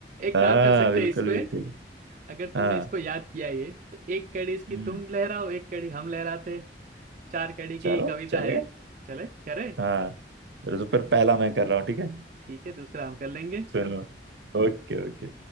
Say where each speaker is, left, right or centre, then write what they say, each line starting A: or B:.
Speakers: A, on the right; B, on the right.
A: एक
B: हाँ
A: काम कर सकते
B: बिल्कुल
A: हैं इस पे
B: बिल्कुल
A: अगर तुमने
B: हाँ
A: इसको याद किया ये तो एक कड़ी इसकी
B: हम्म
A: तुम लहराओ एक कड़ी हम लहराते हैं। चार कड़ी की
B: चलो
A: कविता
B: चलेगा
A: है चले करे
B: हाँ तो तो फिर पहला मैं कर रहा हूँ ठीक है
A: ठीक है दूसरा हम कर लेंगे
B: <laughs> सुनो Okay okay